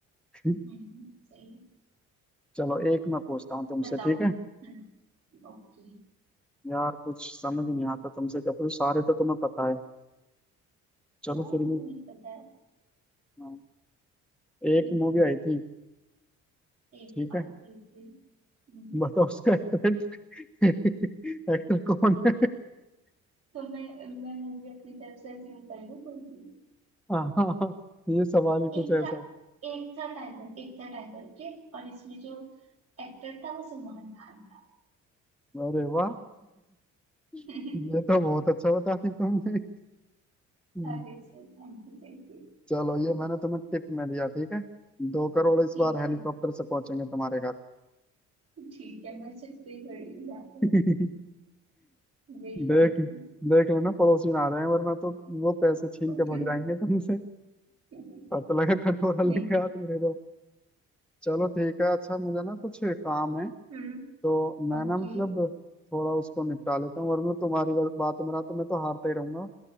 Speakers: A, in the centre; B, on the right.
A: <laughs>
B: हम्म, हम्म, सही
A: चलो एक मैं पूछता हूँ तुमसे
B: है। बताओ
A: ठीक है
B: हम्म ओके
A: यार कुछ समझ नहीं आता तुमसे क्या पूछ सारे तो तुम्हें पता है चलो
B: सारे
A: फिर भी
B: नहीं पता है
A: हाँ।
B: हम्म,
A: एक मूवी आई थी
B: एक
A: ठीक
B: आई
A: है
B: थी ओके हम्म,
A: बताओ उसका एक्टर एक्टर कौन है
B: तो मैं मैं मूवी अपनी तरफ से अज्यूम कर लूँ कोई भी
A: हाँ हाँ, हाँ, ये सवाल ही कुछ
B: एक
A: ऐसा
B: था एक था टाइगर एक था टाइगर ओके और इसमें जो एक्टर था वो सलमान खान था
A: अरे वाह
B: <laughs>
A: ये तो बहुत अच्छा बता दी तुमने हम्म,
B: अरे sir thank you thank you
A: चलो ये मैंने तुम्हें टिप में दिया ठीक है दो करोड़ इस
B: ठीक
A: बार हेलीकॉप्टर
B: है
A: से पहुंचेंगे तुम्हारे घर
B: ठीक है मैं छत पे ही खड़ी हूँ यहाँ पे
A: <laughs>
B: अभी वेट
A: देख
B: करती
A: देख लेना पड़ोसी ना आ रहे हैं वरना तो वो पैसे छीन
B: हूँ
A: के भाग जाएंगे तुमसे
B: <laughs>
A: पता लगा कटोरा लेके
B: नहीं
A: हाथ में दे दो चलो ठीक है अच्छा मुझे ना कुछ काम है
B: हम्म
A: तो मैं
B: ओके
A: ना मतलब थोड़ा उसको निपटा लेता हूँ वरना तुम्हारी गल- बातों में ना तो मैं तो हारता ही रहूंगा